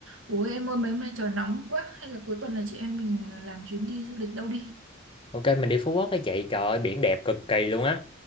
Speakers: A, on the right (about 85°); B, on the left (about 25°).
A: Ủa em ơi mấy hôm nay trời nóng quá Hay là cuối tuần này chị em mình làm chuyến đi du lịch đâu đi
B: Ok mình đi Phú Quốc cái chị Trời ơi biển đẹp cực kỳ luôn á